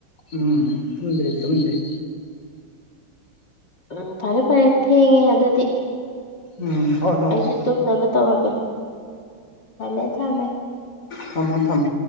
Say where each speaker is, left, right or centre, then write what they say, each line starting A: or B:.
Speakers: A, on the left; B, on the left.
A: ꯎꯝ ꯇꯨꯝꯗꯔꯤ ꯇꯨꯝꯗꯔꯤ
B: ꯎꯝ ꯐꯔꯦ ꯐꯔꯦ ꯊꯦꯡꯉꯦ ꯑꯗꯨꯗꯤ
A: ꯎꯝ ꯍꯣꯏ ꯍꯣꯏ
B: ꯑꯩꯁꯨ
A: ꯍꯣꯏ
B: ꯇꯨꯝꯅꯕ ꯇꯧꯔꯒꯦ ꯊꯝꯃꯦ ꯊꯝꯃꯦ
A: ꯊꯃꯣ ꯊꯝꯃꯣ